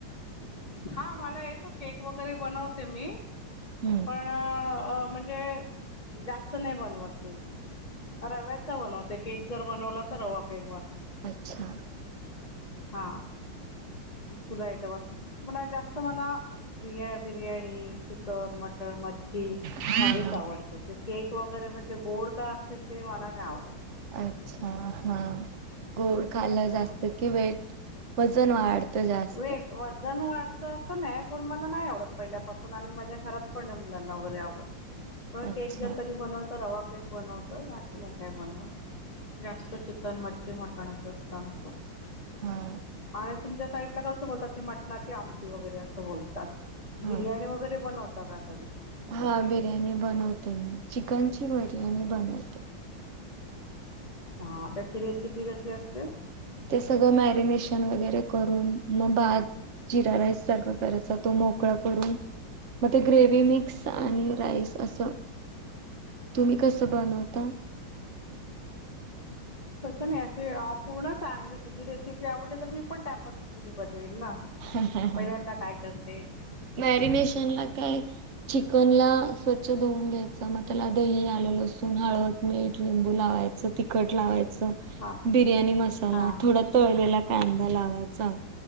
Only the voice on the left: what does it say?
हा मला येतो केक वगैरे बनवते मी.
पण म्हणजे जास्त नाही बनवत मी. रव्याचा बनवते केक जर बनवला तर रवा केक बनवते.
हा तुला यट पण म जास्त मला. बिया बिर्याणी चिकन मटन मच्छी, ची
हेच
आवडतं ते केक वगैरे म्हणजे गोड का असतील ते मला नाही आवडत.
हा
वेट वजन वाढतं असं नाही पण मला नाही आवडत पहिल्यापासून आणि माझ्या घरात पण मुलांना वगैरे आवडत.
केक जर कधी बनल तर रवा केक केक बनवत वाट नाही काय बनव जास्त चिकन मच्छी मटणच असतं आमचं.
आणि तुमच्या साइड ला कसं बोलतात ती मटणाची आमटी वगैरे असं बोलतात
बिर्याणी वगैर वगैरे बनवता का कधी?
हा त्याची रेसिपी कशी असते.
तसं नाही अशे पूर्ण सांग, तुझी रेसिपी आवडली तर मी पण त्या पद्धतीने बनवेल ना.
पहिल्यांदा काय करते
हा
हा